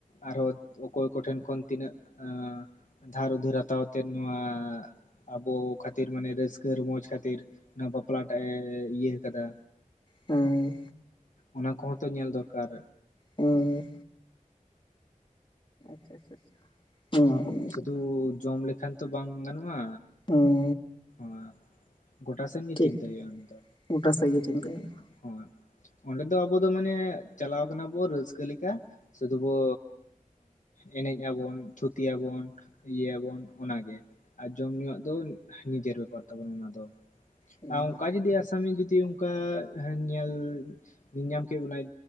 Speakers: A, on the left (about 70°); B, on the left (about 40°).
A: ᱟᱨᱦᱚᱸ ᱚᱠᱚᱭ ᱠᱚᱴᱷᱮᱱ ᱠᱷᱚᱱ ᱛᱤᱱᱟᱹᱜ ᱟᱻ ᱫᱷᱟᱨ ᱩᱫᱷᱟᱹᱨ ᱦᱟᱛᱟᱣ ᱛᱮ ᱱᱚᱣᱟ ᱟᱵᱚ ᱠᱷᱟᱹᱛ ᱛᱤᱨ ᱢᱟᱱᱮ ᱨᱟᱹᱥᱠᱟᱹ ᱨᱚᱢᱡᱽ ᱠᱷᱟᱹᱛᱤᱨ ᱚᱱᱟ ᱵᱟᱯᱞᱟ ᱴᱟᱜ ᱮ ᱤᱭᱟᱹ ᱠᱟᱫᱟ᱾
B: ᱦᱩᱸ
A: ᱚᱱᱟ ᱠᱚᱦᱚᱸ ᱛᱚ ᱧᱮᱞ ᱫᱚᱨᱠᱟᱨ᱾
B: ᱦᱳᱭ ᱟᱪᱪᱷᱟ ᱟᱪᱪᱷᱟ ᱦᱩᱸ
A: ᱥᱩᱫᱩ ᱡᱚᱢ ᱞᱮᱠᱷᱟᱱ ᱛᱚ ᱵᱟᱝ ᱜᱟᱱᱚᱜᱼᱟ᱾
B: ᱦᱩᱸ
A: ᱦᱚᱸ ᱜᱚᱴᱟ ᱥᱮᱱ ᱜᱮ
B: ᱴᱷᱤᱠ
A: ᱪᱤᱱᱛᱟᱹᱭᱼᱟ ᱚᱱᱟ ᱫᱚ᱾
B: ᱜᱚᱴᱟ ᱥᱮᱫ ᱜᱮ ᱪᱤᱱᱛᱟᱹ ᱦᱩᱭᱩᱜᱼᱟ
A: ᱦᱳᱭ ᱚᱸᱰᱮ ᱫᱚ ᱟᱵᱚ ᱫᱚ ᱢᱟᱱᱮ ᱪᱟᱞᱟᱣ ᱠᱟᱱᱟ ᱵᱚ ᱨᱟᱹᱥᱠᱟᱹ ᱞᱮᱠᱟ ᱥᱩᱫᱩ ᱵᱚ ᱮᱱᱮᱡ ᱟᱵᱚᱱ ᱛᱷᱩᱛᱤᱭᱟᱵᱚᱱ ᱤᱭᱟᱹᱭᱟᱵᱚᱱ ᱚᱱᱟᱜᱮ ᱟᱨ ᱡᱚᱢ ᱧᱩᱣᱟᱜ ᱫᱚ ᱱᱤᱡᱮᱨ ᱵᱮᱯᱟᱨ ᱛᱟᱵᱚ ᱚᱱᱟ ᱫᱚ
B: ᱦᱩᱸ
A: ᱟᱨ ᱚᱱᱠᱟ ᱡᱩᱫᱤ ᱟᱥᱟᱢᱤ ᱡᱩᱫᱤ ᱚᱱᱠᱟ ᱧᱮᱞ ᱧᱟᱢ ᱠᱮᱫ ᱵᱚᱱᱟᱭ